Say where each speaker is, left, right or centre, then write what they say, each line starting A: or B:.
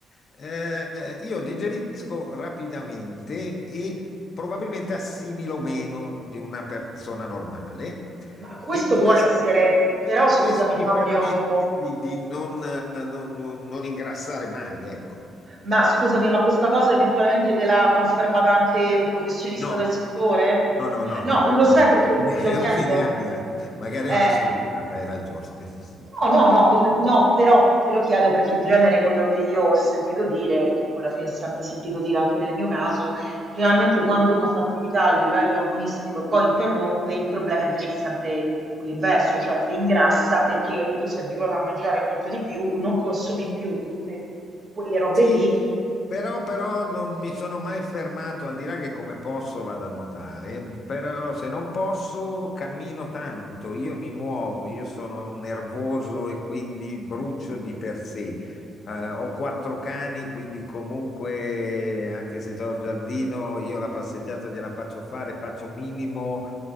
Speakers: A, on the left (about 50°); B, on the right (about 45°).
A: eh, io digerisco rapidamente e probabilmente assimilo meno di una persona normale
B: ma questo
A: e questo,
B: può essere, però scusami
A: questo mi
B: Fabio,
A: permette di, di non, eh, non- non- non ingrassare mai, ecco.
B: ma scusami, ma questa cosa eventualmente te l'ha confermata anche un professionista
A: No,
B: del settore?
A: no, no, no,
B: No,
A: no,
B: lo
A: no.
B: sai perché
A: <laughs>
B: te lo
A: È
B: chiedo?
A: un'idea mia, magari
B: Eh,
A: è una stupidata, hai ragione. <laughs> sì.
B: No, no, no, potrebbe- no, però te lo chiedo perché in genere quello che io ho sentito dire, che poi alla fine ho sempre sentito dire anche nel mio caso, generalmente quando uno fa attività a livello agonistico e poi interrompe, il problema invece è sempre quell'inverso, cioè che ingrassa perché tu sei abituato a mangiare molto di più, non consumi più tutte quelle robe
A: Sì,
B: lì
A: però, però non mi sono mai fermato, al di là che come posso vado a nuotare, però se non posso cammino tanto, io mi muovo, io sono nervoso e quindi brucio di per sé. Eh, ho quattro cani, quindi comunque anche se ho il giardino, io la passeggiata gliela faccio fare, faccio minimo